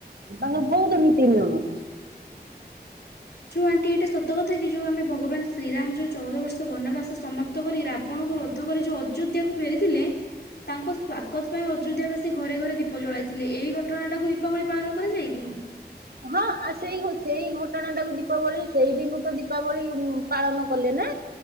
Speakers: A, on the right; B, on the left.
A: ତାଙ୍କର ବହୁତ ନୀତି ନିୟମ।
B: ଛୁଆନ୍ତି ଏଇଟା ସତ କଥା କଥା କିି ଯୋଉଁ ଆମେ ଭଗବାନ ଶ୍ରୀରାମ ଯୋଉଁ ଚଉଦ ବର୍ଷ ବନବାସ ସମାପ୍ତ କରି ରାବଣଙ୍କୁ ବଧ କରି ଯୋଉ ଆଯୋ ଅଯୋଧ୍ୟାକୁ ଫେରିଥିଲେ ତାଙ୍କ ସ୍ଵାଗତ ପାଇଁ ଅଯୋଧ୍ୟା ବାସୀ ଘରେ ଘରେ ଦୀପ ଜଳାଇଥିଲେ ଏଇ ଘଟଣା ଟାକୁ ଦୀପାବଳି ପାଳନ କରାଯାଏ କି?
A: ହଁ ଆଉ ସେଇ ସେଇ ଘଟଣା ଟାକୁ ଦୀପାବଳି ସେଇ ଦିନୁ ତ ଦୀପାବଳି ପାଳନ କଲେନା।